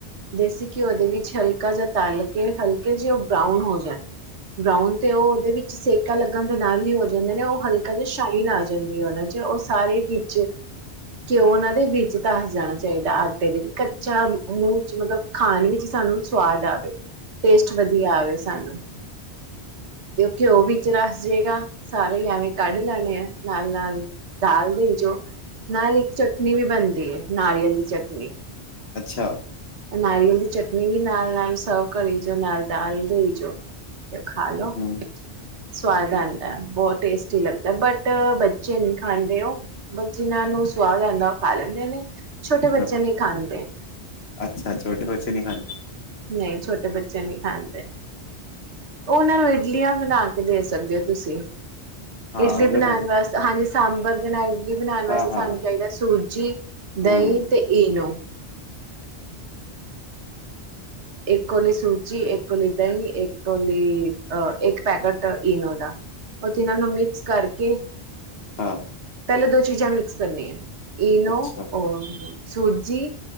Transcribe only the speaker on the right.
ਦੇਸੀ ਘਿਓ ਦੇ ਵਿੱਚ ਹਲਕਾ ਜਾਂ ਤਲ ਕੇ, ਹਲਕੇ ਜਿ ਉਹ ਬਰਾਊਨ ਹੋ ਜਾਏ। ਬਰਾਊਨ ਤੇ ਉਹ ਉਹਦੇ ਵਿੱਚ ਸੇਕ ਪਤਾ ਲੱਗਣ ਦੇ ਨਾਲ ਹੀ ਓਹ ਜਾਂਦੇ ਨੇ ਉਹ ਹਲਕਾ ਜ ਸ਼ਾਈਨ ਆ ਜਾਏ। ਉਹਨਾਂ ਚ ਉਹ ਸਾਰੇ ਵਿੱਚ ਘਿਓ ਉਹਨਾਂ ਦੇ ਵਿੱਚ ਤਾਂ ਜਾਣਾ ਚਾਹੀਦਾ, ਆਟੇ ਦੇ ਵੀ। ਕੱਚਾ ਨੂੰ ਖਾਣ ਵਿੱਚ ਸਾਨੂੰ ਸਵਾਦ ਆਵੇ। ਟੇਸਟ ਵਧੀਆ ਆਵੇ ਸਾਨੂੰ, ਤੇ ਘਿਓ ਵਿੱਚ ਰਸ ਜੇਗਾ। ਸਾਰੇ ਈ ਐਵੇਂ ਕੱਢ ਲੈਣੇ ਆ, ਨਾਲ-ਨਾਲ ਦਾਲ ਦੇ ਵਿੱਚੋ, ਨਾਲ ਇੱਕ ਚਟਨੀ ਵੀ ਬਣਦੀ ਤੇ ਨਾਰੀਅਲ ਦੀ ਚਟਨੀ।
ਨਾਰੀਅਲ ਦੀ ਚਟਨੀ ਵੀ ਨਾਲ-ਨਾਲ ਸਰਵ ਕਰੀ ਜਾਓ, ਨਾਲ ਦਾਲ ਦੇਈ ਜਾਓ। ਤੇ ਖਾ ਲਓ।
ਸਵਾਦ ਆਉਂਦਾ ਬਹੁਤ ਟੇਸਟੀ ਲੱਗਦਾ, ਬਟ ਬੱਚੇ ਨਹੀਂ ਖਾਂਦੇ, ਉਹ ਬੱਚਿਆਂ ਨੂੰ ਸਵਾਦ ਆਉਂਦਾ ਉਹ ਖਾ ਲੈਂਦੇ ਨੇ। ਛੋਟੇ ਬੱਚੇ
ਨਹੀਂ ਖਾਂਦੇ।
ਨਹੀਂ ਛੋਟੇ ਬੱਚੇ ਨਹੀਂ ਖਾਂਦੇ। ਉਹ ਉਹਨਾਂ ਨੂੰ ਇ ਇਡਲੀਆਂ ਬਣਾ ਕੇ ਦੇ ਸਕਦੇ ਹੋ ਤੁਸੀਂ।
ਇਡਲੀ
ਬਣਾਉਣ
ਵਾਸਤੇ, ਹਾਂਜੀ। ਸਾਂਬਰ ਦੇ ਨਾਲ ਵੀ ਬਣਾਉਣ ਵਾਸਤੇ
ਸਾਨੂੰ
ਚਾਹੀਦਾ ਸੂਜੀ, ਦਹੀਂ
ਤੇ ਈਨੋ। ਇੱਕ ਕੋਲੀ ਸੂਜੀ, ਇੱਕ ਕੋਲੀ ਦਹੀਂ, ਇੱਕ ਕੋਲੀ ਅਹ ਇੱਕ ਪੈਕੇਟ ਈਨੋ ਦਾ, ਉਹ ਤਿੰਨਾਂ ਨੂੰ ਮਿਕਸ ਕਰਕੇ
ਪਹਿਲੇ ਦੋ ਚੀਜ਼ਾਂ ਮਿਕਸ ਕਰਨੀਆਂ। ਇਨੋ
ਔਰ ਸੂਜੀ।